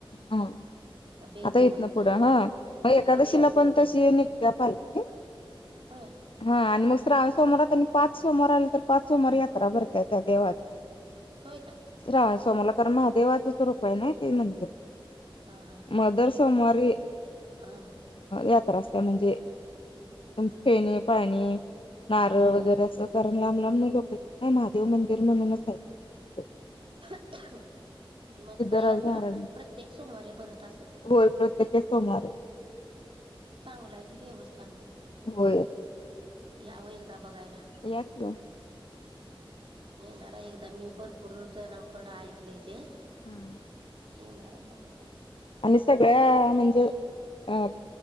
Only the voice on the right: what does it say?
बेंदूर
झाला
आता
बेंदूर
होय
होय काय
हा हा हा
हा
हा
ह ह
अ <unintelligible> मग
काही यात्रा
प्रत्येक सोमवारी भरत असेल.
चांगलंय कि देवस्थान
यावं एकदा बघायला,
येणार एकदा मी भरपूर जणांकड ऐकलंय ते
येणारय बघायला.